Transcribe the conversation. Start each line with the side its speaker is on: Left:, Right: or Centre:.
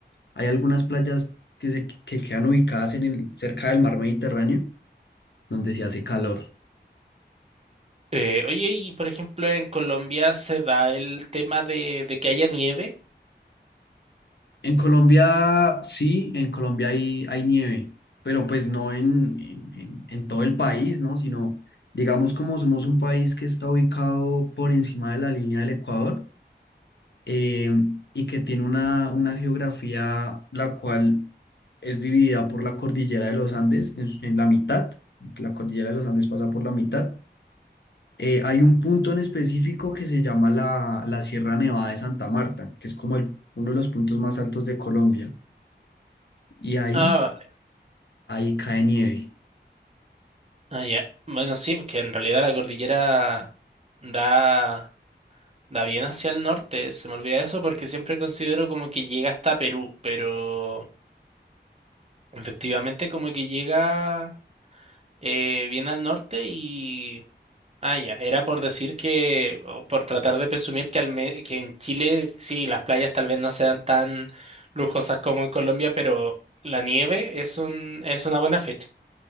Left: Hay algunas playas que se que quedan ubicadas en el, cerca del mar Mediterráneo, donde se hace calor.
Right: Eh, oye, y por ejemplo, en Colombia se da el tema de, de que haya nieve.
Left: En Colombia, sí, en Colombia hay, hay nieve, pero pues no en, en, en- en todo el país, ¿no? Sino, digamos, como somos un país que está ubicado por encima de la línea del Ecuador, eh, y que tiene una, una geografía la cual es dividida por la cordillera de los Andes en, su- en la mitad, la cordillera de los Andes pasa por la mitad. Eh, hay un punto en específico que se llama la, la Sierra Nevada de Santa Marta, que es como el, uno de los puntos más altos de Colombia, y ahí,
Right: Ah, vale.
Left: ahí cae nieve.
Right: Ah, ya. Bueno, sí, porque en realidad la cordillera da. Da bien hacia el norte, se me olvida eso porque siempre considero como que llega hasta Perú, pero efectivamente como que llega eh, bien al norte y... Ah, ya, era por decir que, o por tratar de presumir que, al me- que en Chile sí, las playas tal vez no sean tan lujosas como en Colombia, pero la nieve es un, es una buena fecha.